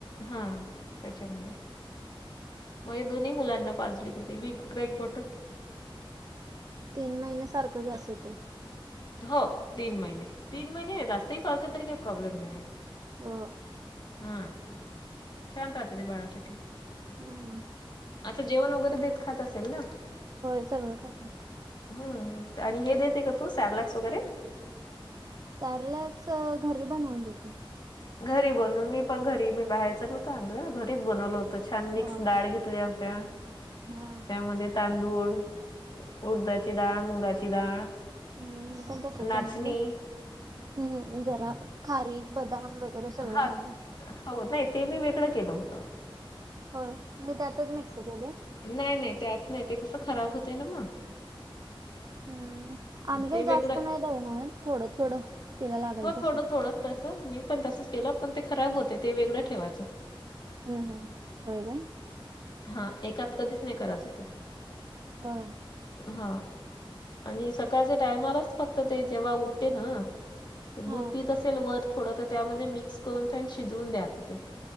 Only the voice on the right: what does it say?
तीन महिने सारखं गॅस होतय.
हो
हम्म
होय सगळं खाती.
सर्लॅक्स अ घरी बनवून देते.
होय.
हा
हम मी पण तसच
बनवल. हम्म जरा खारीक, बदाम वगैरे सगळं
घालून.
होय मी त्यातच मिक्स केल.
हम्म आम्ही काय
जास्त
नाय दळन आणत थोडं थोडं तिला लागल
तसं.
हम्म हम्म होय काय
होय
हा